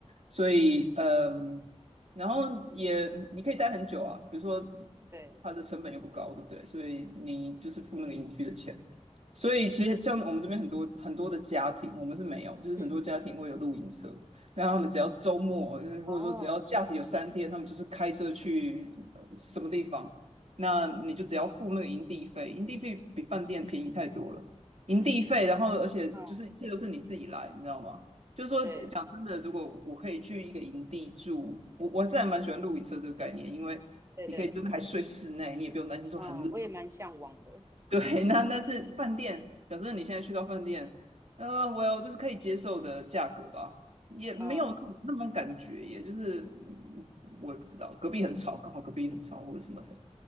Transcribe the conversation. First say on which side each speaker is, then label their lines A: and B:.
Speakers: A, on the right (about 65°); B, on the right (about 25°).
A: 所以嗯，然后也你可以待很久啊，比如说
B: 对，
A: 它的成本又不高，对不对？所以你就是付那个营区的钱。所以其实像我们这边很多很多的家庭，我们是没有，就是很多家庭会有露营车，
B: 嗯，
A: 然后他们只要周末，或者说只要假期有三天，
B: 哦，
A: 他们就是开车去呃什么地方，那你就只要付那个营地费，营地费比饭店便宜太多了。营地费，然后而且就是一切都是你自己来，
B: 嗯，
A: 你知道吗？就是说，
B: 对
A: 讲真的，如果我可以去一个营地住，我我是还蛮喜欢露营车这个概念，因为你可以真的还睡室内，
B: 对对，
A: 你也不用担心说很冷。
B: 嗯，
A: <laughs>
B: 我也蛮向往的。
A: 对，那但是饭店，讲真的，你现在去到饭店，呃，well，就是可以接受的价格吧，也没有那种那种感觉，
B: 嗯
A: 也就是嗯我也不知道，隔壁很吵，刚好隔壁很吵或者什么的。